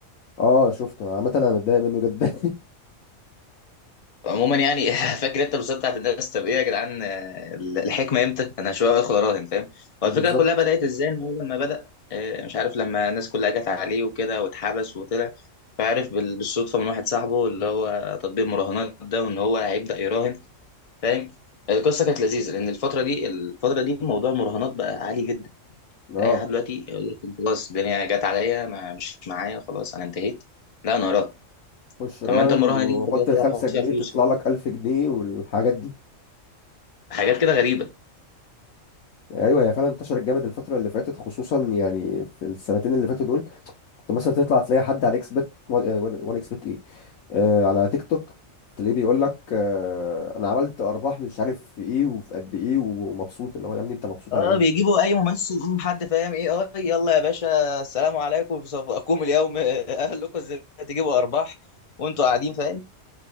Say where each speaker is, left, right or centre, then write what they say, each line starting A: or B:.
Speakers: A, on the left; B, on the left.
A: اه شفته عامه انا متضايق منه جدا
B: عموما يعني <laughs> فاكر انت بالظبط بتاعت الناس طب ايه يا جدعان آه، الحكمه امتى؟ انا شويه ادخل اراهن فاهم؟
A: <laughs> بالظبط
B: هو الفكره كلها بدات ازاي ان هو لما بدا آه، مش عارف لما الناس كلها جت عليه وكده واتحبس وطلع فعرف بال- بالصدفه من واحد صاحبه اللي هو تطبيق المراهنات ده وان هو هيبدا يراهن فاهم؟ القصه كانت لذيذه لان الفتره دي الفتره دي موضوع المراهنات بقى عالي جدا
A: اه
B: اي حد دلوقتي يقول لك خلاص الدنيا جت عليا ما مش معايا خلاص انا انتهيت لا انا اراهن
A: خش راهن
B: طب ما انت المراهنه
A: وحط
B: دي انت كده
A: الخمسة
B: كده هتحط
A: جنيه
B: فيها فلوس
A: تطلع
B: فاهم؟
A: لك ألف جنيه والحاجات دي
B: حاجات كده غريبة
A: ايوه هي فعلا انتشرت جامد الفتره اللي فاتت خصوصا يعني في السنتين اللي فاتوا دول كنت مثلا تطلع تلاقي حد على اكس بت وان اكس بت ايه آه على تيك توك تلاقيه بيقول لك آه انا عملت ارباح مش عارف في ايه وفي قد ايه ومبسوط اللي هو يا ابني انت مبسوط
B: اه
A: على ايه
B: بيجيبوا اي ممثل أم حد فاهم ايه اه يلا يا باشا السلام عليكم في صفاكم اليوم <laughs> اهلكم ازاي تجيبوا ارباح وانتوا قاعدين فاهم